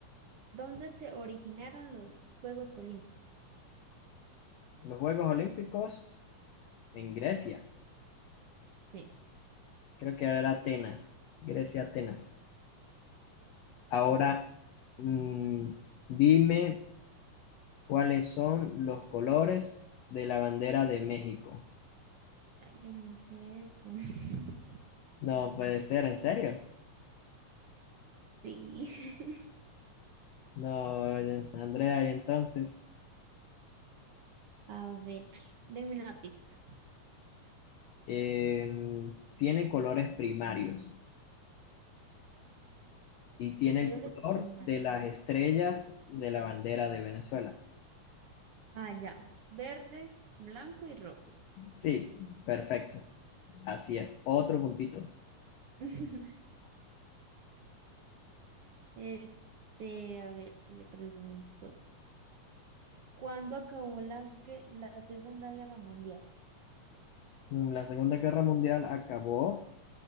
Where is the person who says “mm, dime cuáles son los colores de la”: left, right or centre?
Left